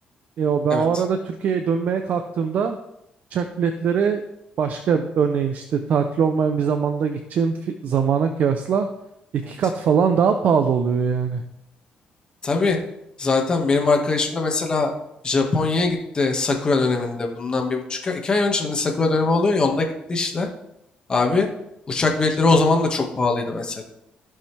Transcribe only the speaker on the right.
Ya ben
o arada Türkiye'ye dönmeye kalktığımda uçak biletleri başka örneğin işte tatil olmayan bir zamanda gideceğim fi- zamana kıyasla iki
kat falan daha pahalı oluyor yani.